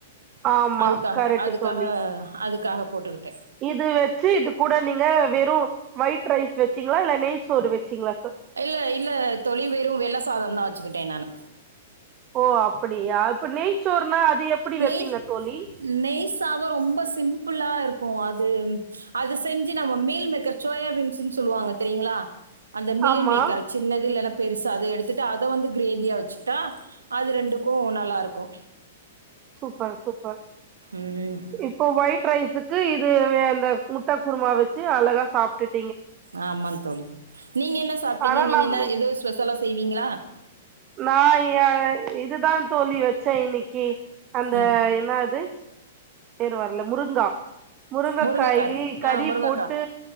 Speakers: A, on the right (about 35°); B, on the right (about 80°).
A: ஆமா
B: அதுக்காக
A: கரெக்ட்
B: அதுக்காக
A: தோழி
B: அதுக்காக போட்டுக்கிட்டே
A: இது வெச்சி இது கூட நீங்க வெறு ஒயிட் ரைஸ் வெச்சீங்ளா இல்ல நெய்ச்சோறு வெச்சீங்ளா
B: இல்ல இல்ல தோழி வெறு வெள்ள சாதந்தா வச்சுக்கிட்டே நானு
A: ஓ அப்படியா இப்ப நெய்ச்சோறுனா அது எப்டி வெப்பீங்க
B: நெய்
A: தோழி
B: நெய் சாதோ ரொம்ப சிம்ப்பிளா இருக்கு அது அது செஞ்சு நம்ம மீல் மேக்கர் சோயாபீன்ஸ்ன் சொல்வாங்க தெரியுங்களா இந்த மீல்
A: ஆமா
B: மேக்கர் சின்னது இல்லனா பெருசா அத எடுத்துட்டு அத வந்து கிரேவியா வச்சுக்ட்டா அது ரெண்டுக்கு நல்லாருக்கு
A: சூப்பர் சூப்பர்
B: ம்
A: இப்போ ஒயிட் ரைஸு க்கு இதுவே அந்த முட்ட குருமா வெச்சி அழகா சாப்ட்டுட்
B: ஆம்மா தோழி நீங்க என்ன சாப்ட்டீங்க
A: ஆனா
B: நீங்க
A: நம்ம
B: என்ன எதோ ஸ்பெஷலா செய்வீங்களா
A: நா எ இதுதா தோழி வெச்சே இன்னைக்கு அந்த
B: ம்
A: என்ன அது பேரு வர்ல முருங்கா முருங்கக்காயி
B: முருங்கைக்காய்
A: கறி
B: ஆ முருங்கைக்கா
A: போட்டு